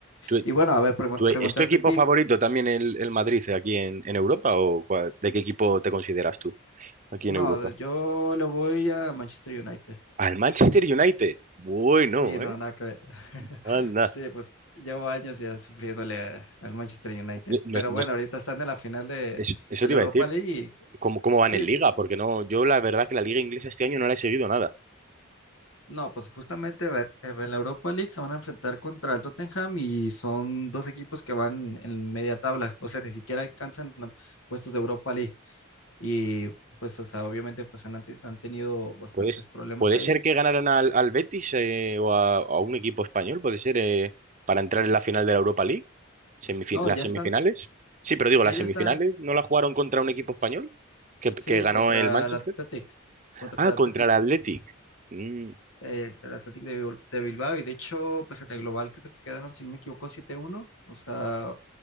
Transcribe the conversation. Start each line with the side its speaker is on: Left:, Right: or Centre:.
Right: tu-
Left: Y bueno, a ver, pregu-
Right: tu-
Left: preguntarte
Right: ¿Es tu equipo
Left: a ti,
Right: favorito también el, el Madrid aquí en, en Europa o cuál- de qué equipo te consideras tú aquí
Left: no,
Right: en Europa?
Left: yo le voy a Manchester United.
Right: Al Manchester United. Bueno,
Left: Sí, no,
Right: ¿eh?
Left: nada que ver. <laughs>
Right: Anda.
Left: Sí, pues llevo años ya sufriéndole a- al Manchester United.
Right: No- no-
Left: Pero
Right: no-
Left: bueno, ahorita están en la final de,
Right: es- eso
Left: de
Right: te
Left: la
Right: iba
Left: Europa
Right: a decir.
Left: League y
Right: ¿Cómo, cómo
Left: sí,
Right: van en Liga? Porque no, yo la verdad que la Liga inglesa este año no la he seguido nada.
Left: no, pues justamente a ver, eh, en la Europa League se van a enfrentar contra el Tottenham y son dos equipos que van en media tabla, o sea, ni siquiera alcanzan um, puestos de Europa League. Y pues, o sea, obviamente pues han, ante- han tenido bastantes
Right: Puede,
Left: problemas
Right: puede
Left: ahí.
Right: ser que ganaran al, al Betis eh, o a, a un equipo español, puede ser, eh, para entrar en la final de la Europa League, semifi-
Left: No,
Right: las
Left: ya
Right: semifinales.
Left: están,
Right: Sí, pero digo,
Left: ya,
Right: las
Left: ya
Right: semifinales
Left: está,
Right: no la jugaron contra un equipo español que, que
Left: sí,
Right: ganó
Left: contra
Right: el Manchester.
Left: el Athletic, contra
Right: Ah,
Left: el Athletic.
Right: contra el Athletic. Mm,
Left: eh, el Athletic de, Bil- de Bilbao y de hecho, pues en el global creo que quedaron, si no me equivoco, siete uno o sea,